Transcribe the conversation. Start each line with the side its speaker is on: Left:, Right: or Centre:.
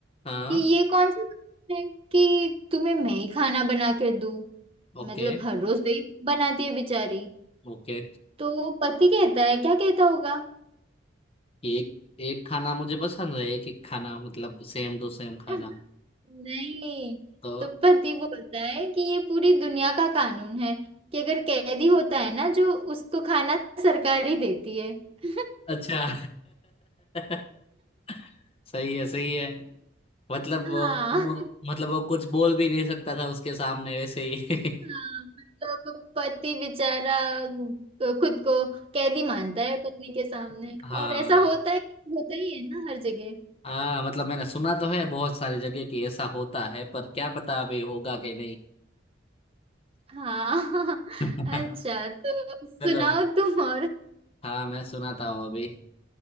Left: हाँ
Right: कि ये कौन सा काम है कि तुम्हें मैं ही खाना बना के दूं
Left: Okay
Right: मतलब हर रोज वही बनाती है बेचारी
Left: okay
Right: तो पति कहता है क्या कहता होगा
Left: एक एक खाना मुझे पसंद है एक एक खाना मतलब सेम टू सेम खाना
Right: <laughs> नहीं
Left: तो
Right: तो पति बोलता है कि ये पूरी दुनिया का कानून है कि अगर कैदी होता है ना जो उसको खाना सरकार ही देती है <laughs>
Left: अच्छा <laughs> सही है सही है मतलब
Right: हाँ
Left: वो मतलब वो कुछ बोल भी नहीं सकता था उसके सामने वैसे ही
Right: हाँ, मतलब पति बेचारा खुद को कैदी मानता है पत्नी के सामने
Left: <laughs> हाँ
Right: और ऐसा होता ही होता ही है ना हर जगह
Left: हाँ मतलब मैंने सुना तो है बहुत सारी जगह कि ऐसा होता है पर क्या पता अभी होगा कि नहीं
Right: हाँ
Left: <laughs>
Right: <laughs> अच्छा तो सुनाओ
Left: चलो
Right: तुम और
Left: हाँ मैं सुनाता हूँ अभी